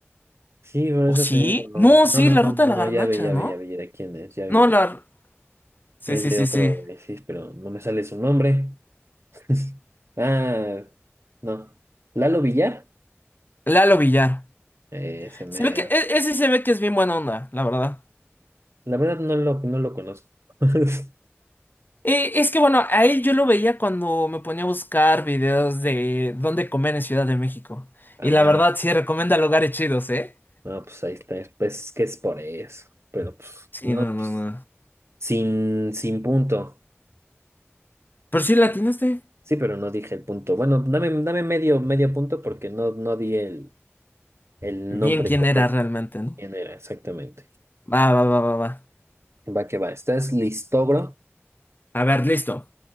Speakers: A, on the right; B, on the left.
A: Sí, por
B: ¿O
A: eso
B: sí?
A: te digo, no,
B: No,
A: no,
B: sí,
A: no,
B: la
A: no,
B: ruta
A: no,
B: de la garnacha,
A: ya vi, ya
B: ¿no?
A: vi, ya vi de quién es, ya vi
B: No,
A: de-
B: la... Sí,
A: es
B: sí,
A: de
B: sí,
A: otro,
B: sí.
A: eh, sí, pero no me sale su nombre. <laughs> Ah, no. Lalo Villar,
B: Lalo Villar.
A: ese mero.
B: Se ve que... e- Ese se ve que es bien buena onda, la verdad.
A: La verdad no lo, no lo conozco. <laughs>
B: Eh, es que bueno, a él yo lo veía cuando me ponía a buscar videos de dónde comer en Ciudad de México.
A: Ah,
B: Y la verdad sí recomienda lugares chidos, ¿eh?
A: no, pues ahí está, pues que es por eso, pero pues,
B: Sí,
A: no,
B: no, no,
A: pues,
B: no.
A: sin, sin punto.
B: Pero sí latinaste.
A: Sí, pero no dije el punto. Bueno, dame, dame medio, medio punto porque no, no di el, el
B: Bien
A: nombre
B: quién
A: correcto
B: era realmente,
A: de de
B: ¿no?
A: quién era exactamente.
B: Va, va, va, va, va.
A: Va que va, ¿estás listogro?
B: A ver, listo.